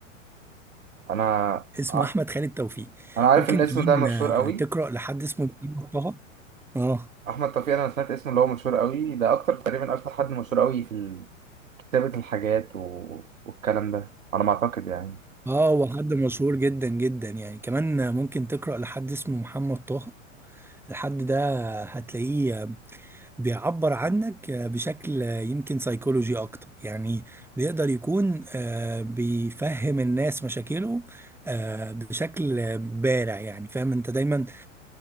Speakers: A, on the right; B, in the centre.
A: انا
B: اسمه
A: ع-
B: احمد خالد توفيق
A: انا عارف
B: ممكن
A: ان الاسم
B: كمان
A: ده مشهور
B: آه،
A: قوي
B: تقرا لحد اسمه محمد طه اه
A: احمد توفيق انا سمعت اسمه اللي هو مشهور قوي ده اكتر تقريبا اكتر حد مشهور قوي في ال- كتابة الحاجات و... والكلام ده على ما اعتقد يعني
B: اه هو حد مشهور جدا جدا يعني كمان ممكن تقرأ لحد اسمه محمد طه الحد ده هتلاقيه بيعبر عنك بشكل يمكن سيكولوجي اكتر يعني بيقدر يكون آه، بيفهم الناس مشاكلهم آه، بشكل بارع يعني فاهم انت دايما